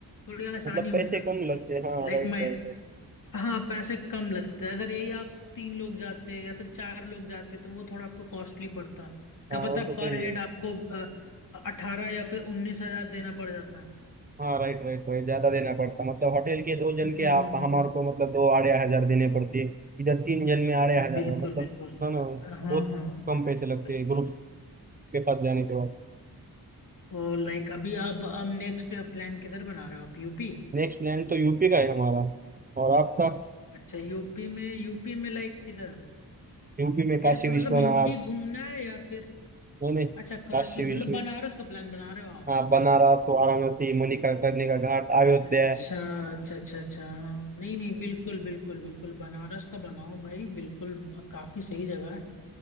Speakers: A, on the left; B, on the right.
A: थोड़ी आसानी
B: मतलब
A: हो
B: पैसे
A: जाती
B: कम
A: है
B: लगते हाँ
A: कि लाइक
B: राइट
A: मैं
B: राइट है।
A: हाँ पैसे कम लगते हैं अगर यही आप तीन लोग जाते या फिर चार लोग जाते तो वो थोड़ा आपको कॉस्टली पड़ता क्या
B: हाँ
A: पता
B: वो तो सही
A: पर हेड
B: है
A: आपको अठारह या फिर उन्नीस हजार देना पड़ जाता
B: हाँ राइट राइट राइट ज्यादा देना पड़ता मतलब होटल के दो
A: हम्म
B: जन के आप
A: हम्म
B: हमारे को मतलब दो आड़े हजार देने पड़ते इधर तीन जन में आड़े
A: हम्म,
B: हजार
A: बिल्कुल
B: है, मतलब
A: बिल्कुल
B: है ना बहुत
A: हाँ हाँ हाँ,
B: कम पैसे लगते
A: बिल्कुल
B: हैं ग्रुप के साथ जाने के बाद
A: और लाइक अभी आप हम नेक्स्ट प्लान किधर बना रहे हो आप यूपी
B: नेक्स्ट प्लान तो यूपी का है हमारा और आपका
A: अच्छा यूपी में यूपी में लाइक किधर
B: यूपी में काशी
A: सिर्फ मतलब
B: विश्वनाथ
A: यूपी घूमना है या फिर
B: नहीं नहीं
A: अच्छा काशी
B: काशी
A: मतलब
B: विश्व
A: बनारस का प्लान बना रहे हो आप
B: हाँ
A: लाइक
B: बनारस वाराणसी मणिका करने का घाट अयोध्या
A: अच्छा अच्छा अच्छा अच्छा हाँ नहीं नहीं बिल्कुल बिल्कुल बिल्कुल बनारस का बनाओ भाई बिल्कुल अ, काफी सही जगह है